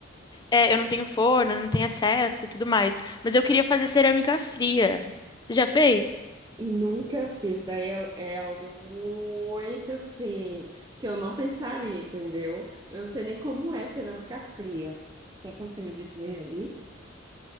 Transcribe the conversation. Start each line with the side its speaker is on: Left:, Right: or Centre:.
Left: é, eu não tenho forno, não tenho acesso e tudo mais. Mas eu queria fazer cerâmica fria. Você já fez?
Right: nunca fiz. Daí eu- é algo muito, assim, que eu não pensaria, entendeu? Eu não sei nem como é cerâmica fria. Tem como você me dizer aí?